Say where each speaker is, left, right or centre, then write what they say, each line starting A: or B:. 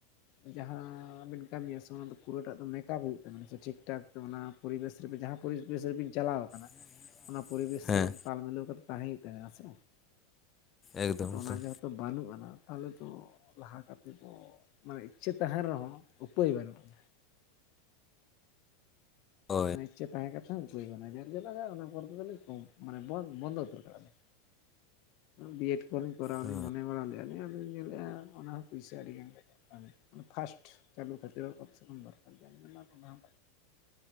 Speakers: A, on the left; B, on the left.
A: ᱡᱟᱦᱟᱸᱵᱤᱱ ᱠᱟᱹᱢᱤᱭᱟ ᱥᱮ ᱚᱱᱟ ᱫᱚ ᱯᱩᱨᱟᱹᱴᱟᱜ ᱫᱚ ᱢᱮᱠᱟᱯ ᱦᱩᱭᱩᱜ ᱛᱟᱵᱮᱱᱟ ᱥᱮ ᱴᱷᱤᱠ ᱴᱷᱟᱠ ᱛᱚ ᱚᱱᱟ ᱯᱚᱨᱤᱵᱮᱥ ᱨᱮᱵᱮ ᱡᱟᱦᱟᱸ ᱯᱚᱨᱤᱵᱮᱥ ᱨᱮᱵᱤᱱ ᱪᱟᱞᱟᱣ ᱠᱟᱱᱟ
B: <inaudible>
A: ᱚᱱᱟ ᱯᱚᱨᱤᱵᱮᱥ
B: ᱦᱮᱸ
A: ᱥᱟᱞᱟᱜ ᱛᱟᱞ ᱢᱤᱞᱟᱹᱣ ᱠᱟᱛᱮ ᱛᱟᱦᱮᱸ ᱦᱩᱭᱩᱜ ᱛᱟᱦᱮᱸ ᱥᱮ
B: ᱮᱠᱫᱚᱢ
A: ᱠᱤᱱᱛᱩ
B: ᱮᱠᱫᱚᱢ
A: ᱚᱱᱟ ᱡᱚ ᱛᱚ ᱵᱟᱹᱱᱩᱜ ᱟᱱᱟ ᱛᱟᱦᱚᱞᱮ ᱛᱚ᱾ ᱞᱟᱦᱟᱠᱟᱛᱮᱫ ᱫᱚ ᱢᱟᱱᱮ ᱤᱪᱪᱷᱟᱹ ᱛᱟᱦᱮᱱ ᱨᱮᱦᱚᱸ ᱩᱯᱟᱹᱭ ᱵᱟᱹᱱᱩᱜᱧ᱾
B: ᱦᱳᱭ
A: ᱤᱪᱪᱟᱷ ᱛᱟᱦᱮᱸ ᱠᱟᱛᱮ ᱦᱚᱸ ᱩᱯᱟᱹᱭ ᱵᱟᱱᱩᱜ-ᱟ ᱡᱟᱨ ᱡᱟᱞᱟᱜᱟ-ᱟ ᱚᱱᱟ ᱯᱚᱨ ᱛᱮᱫᱚ ᱞᱤᱧ ᱠᱚᱢ ᱢᱟᱱᱮ ᱵᱚᱱᱫᱚ ᱵᱚᱱᱫᱷ ᱩᱛᱟᱹᱨ ᱠᱟᱜᱼᱟ ᱞᱮ᱾ ᱵᱤᱭᱮᱰ ᱠᱚᱞᱮᱡ ᱠᱚᱨᱟᱣ
B: ᱚ
A: ᱞᱤᱧ ᱢᱚᱱᱮ ᱵᱟᱲᱟ ᱞᱮᱫᱼᱟ ᱟᱫᱚᱧ ᱧᱮᱞᱮᱫᱼᱟ ᱚᱱᱟ᱾ ᱯᱩᱭᱥᱟ ᱟᱹᱰᱤᱜᱟᱱ ᱜᱮ ᱯᱷᱟᱥᱴ ᱪᱟᱹᱞᱩ ᱠᱷᱟᱹᱛᱤᱨ ᱦᱚᱸ ᱠᱚᱢ ᱥᱮ ᱠᱚᱢ ᱫᱚᱨ ᱠᱟᱨ ᱚᱱᱟ ᱦᱚᱸᱟᱭ,